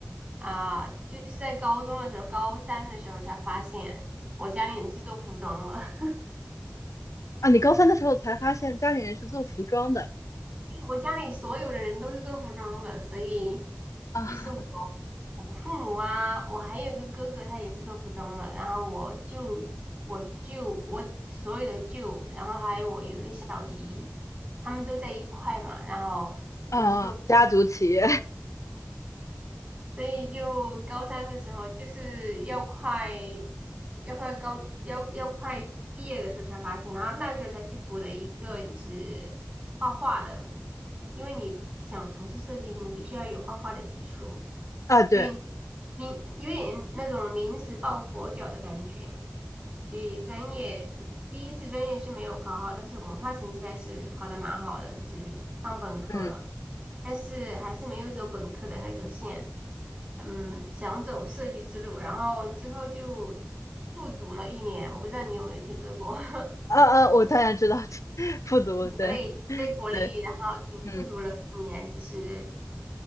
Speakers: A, on the right; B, on the left.
A: 啊，就是在高中的时候，高三的时候才发现我家里人是做服装的，<laughs>
B: 啊，你高三的时候才发现家里人是做服装的
A: 我家里所有的人都是做服装的，所以
B: 啊
A: 就是我，我父母啊，我还有一个哥哥，他也是做服装的，然后我舅，我舅，我所有的舅，然后还有我有一个小，他们都在一块嘛，然后。
B: <laughs> 啊，
A: 都是做。
B: 家族企业
A: 所以就高三的时候，就是要快要快高要要快毕业的时候才发现，然后那时候才去补了一个就是画画的，因为你想从事设计，你必须要有画画的基础，
B: <laughs> 啊，对，
A: 所以你因为那种临时抱佛脚的感觉，所以专业第一次专业是没有考好，但是文化成绩还是考的蛮好的，就是上本科了，
B: 嗯
A: 但是还是没有走本科的那个线。嗯，想走设计之路，然后之后就复读了一年，我不知道你有没有听说过，<laughs>
B: 啊啊，我当然知道，<laughs> 复读，
A: 国内在国内，
B: 对 <laughs> 对，
A: 然后读复读了一年，
B: 嗯
A: 就是